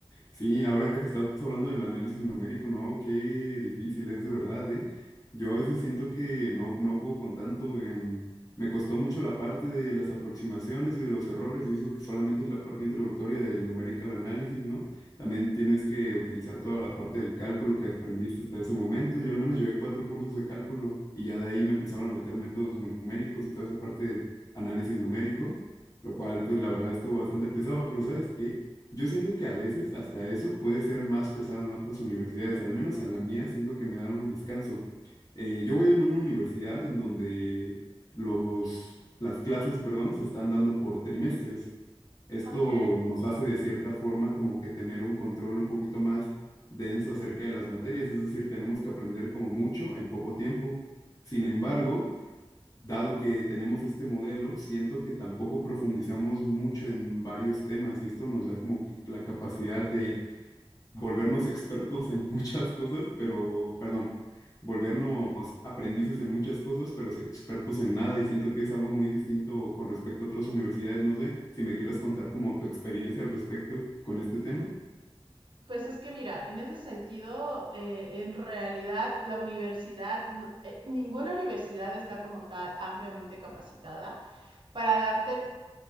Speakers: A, on the left; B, on the right.
A: Sí, ahora que estás hablando del análisis numérico, no, qué difícil es de verdad, ¿eh? Yo a veces siento que no, no puedo con tanto. em, me costó mucho la parte de las aproximaciones y de los errores, y eso que solamente es la parte introductoria del numerical análisis, ¿no? También tienes que utilizar toda la parte del cálculo que aprendiste hasta ese momento. Yo al menos llevé cuatro cursos de cálculo y ya de ahí me empezaron a meter métodos numéricos y toda esa parte del análisis numérico, lo cual pues la verdad estuvo bastante pesado, pero ¿sabes qué? Yo siento que a veces hasta eso puede ser más pesado en otras universidades, al menos en la mía siento que me dan un descanso. Eh, yo voy en una universidad en donde los, las clases, perdón, se están dando por trimestres. Esto
B: ok.
A: nos hace de cierta forma como que tener un control un poquito más denso acerca de las materias, es decir, tenemos que aprender como mucho en poco tiempo. Sin embargo, dado que tenemos este modelo, siento que tampoco profundizamos mucho en varios temas y esto nos da como que la capacidad de volvernos expertos en <laughs> muchas cosas, pero, perdón, volvernos aprendices en muchas cosas, pero expertos en nada y siento que es algo muy distinto con respecto a otras universidades. No sé si me quieras contar como tu experiencia al respecto con este tema.
B: Pues es que mira, en ese sentido, eh, en realidad la universidad, no- eh, ninguna universidad está como tal ampliamente capacitada para darte